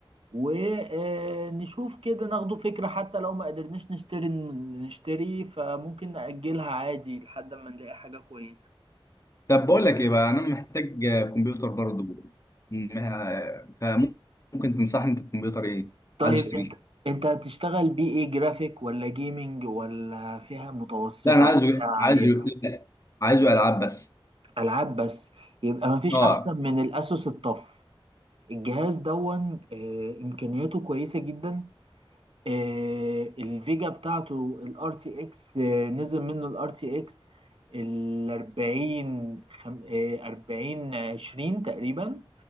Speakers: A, on the right; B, on the left.
A: ونشوف كده ناخدوا فكرة حتى لو ما قدرناش نشتري نشتري فممكن نأجلها عادي لحد ما نلاقي حاجة كويسة
B: طب بقول لك ايه بقى انا محتاج آه، كمبيوتر برضه م- آه، فممكن تنصحني انت بكمبيوتر ايه
A: طيب
B: عايز اشتريه
A: انت انت هتشتغل بيه ايه جرافيك ولا جيمنج ولا فيها متوسطة
B: لا انا
A: ولا
B: عايزه إيه؟
A: فيها عالية
B: عايزه لا عايزه العاب بس
A: ألعاب بس يبقى مفيش
B: اه
A: أحسن من الأسوس الطف الجهاز دون آه، امكانياته كويسه جدا آه، الفيجا بتاعته الار تي اكس نزل منه الار تي اكس ال 40 خم- آه، 40 20 تقريبا